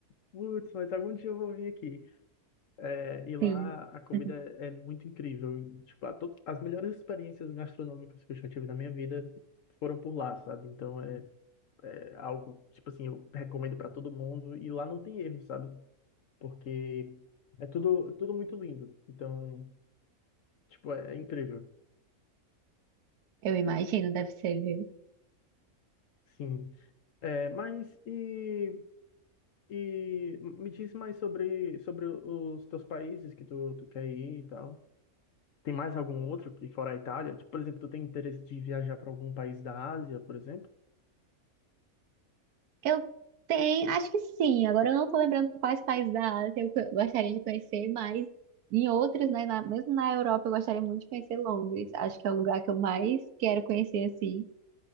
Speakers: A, on the left; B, on the right.
A: putz, mas algum dia eu vou vir aqui. É, e lá
B: Sim.
A: a comida
B: <laughs>
A: é muito incrível. E, Tipo, a to- as melhores experiências gastronômicas que eu já tive na minha vida foram por lá, sabe? Então é, é algo, tipo assim, eu recomendo para todo mundo. E lá não tem erro, sabe? Porque é tudo, tudo muito lindo. Então, tipo, é, é incrível.
B: Eu imagino, deve ser, viu?
A: Sim. É, mas e, e me diz mais sobre, sobre os teus países que tu, tu quer ir e tal. Tem mais algum outro que fora a Itália? Tipo, por exemplo, tu tem interesse de viajar para algum país da Ásia, por exemplo?
B: Eu tenho, acho que sim. Agora eu não tô lembrando quais países da Ásia eu co- gostaria de conhecer, mas em outros, né, na- mesmo na Europa, eu gostaria muito de conhecer Londres. Acho que é o lugar que eu mais quero conhecer, assim.